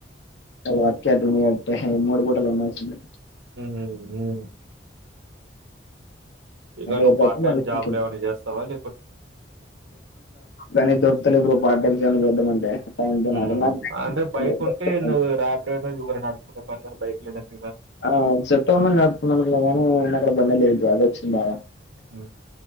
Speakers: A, on the left; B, on the right.
A: work <unintelligible> మూడు పూటలు ఉండాల్సిందే
B: హ్మ్ హ్మ్ ఇంకా
A: రేపయితే
B: నువ్వు పార్ట్ టైమ్
A: మళ్ళీ
B: జాబులు
A: చికెన్
B: ఏం అయినా చేస్తావా లే
A: కానీ దొరుకుతలేవు బ్రో పార్ట్ టైమ్స్ ఏం అన్న చేద్దామంటే
B: హ్మ్.
A: <unintelligible>
B: అంటే బైక్
A: దొరుకుతలేదు.
B: ఉంటే నువ్వు రాపిడో ఉబర్ నడుపూకునే పని కానీ బైక్ లేదంట కదా
A: ఆ సెప్టెంబర్ నడుపూకోవాలి అనుకున్న కానీ నేను అక్కడ బండి లేదు అది వచ్చిందా
B: ఉ